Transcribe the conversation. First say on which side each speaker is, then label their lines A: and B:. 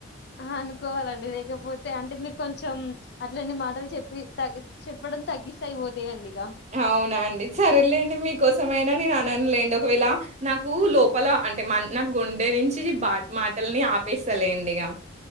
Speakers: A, on the left; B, on the right.
A: ఆ అనుకోవాలండి లేకపోతే అంటే మి కొంచెం అట్లాంటి మాటలు చెప్పి తగు చెప్పడం తగ్గిస్తే ఐపోతాయండి
B: అవునా అండి సరేలేండి మీకోసమైనా నేను అనను లేండి ఒకవేళ నాకు లోపల అంటే మ నా గుండె నుంచి బా మాటల్ని ఆపేస్తలేండి ఇగ